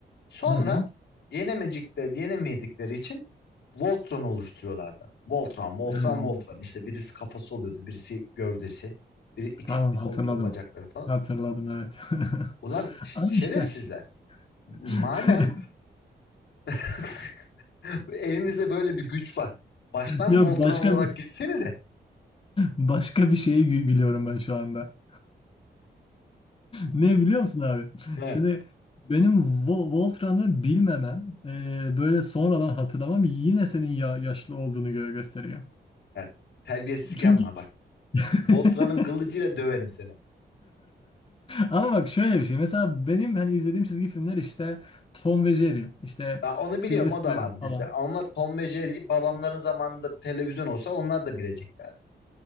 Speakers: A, on the left; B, on the left.
A: Sonra
B: Hı hı.
A: yenemedikleri, yenemedikleri için Voltron'u oluşturuyorlardı. Voltron, Voltron,
B: Hmm.
A: Voltron. İşte birisi kafası oluyordu, birisi gövdesi, biri iki
B: Tamam
A: kolları,
B: hatırladım.
A: bacakları falan.
B: Hatırladım evet.
A: Ulan
B: <laughs>
A: ş-
B: Ama
A: şerefsizler.
B: işte
A: Madem
B: <laughs>
A: <laughs> elinizde böyle bir güç var. Baştan
B: yok
A: Voltron
B: başka
A: olarak
B: bir
A: gitsenize.
B: başka bir şeye gü- gülüyorum ben şu anda. Ne biliyor musun abi?
A: He.
B: Şimdi benim Vo- Voltran'ı bilmemem, e, böyle sonradan hatırlamam yine senin ya yaşlı olduğunu gö- gösteriyor.
A: Yani terbiyesizlik
B: Çünkü
A: yapma bak.
B: <laughs>
A: Voltron'un kılıcıyla döverim seni.
B: Ama bak şöyle bir şey. Mesela benim hani izlediğim çizgi filmler işte Tom ve Jerry, işte
A: Ya onu
B: Sylvester
A: biliyorum o da var bizde.
B: falan.
A: Ama Tom ve Jerry babamların zamanında televizyon olsa onlar da bileceklerdi.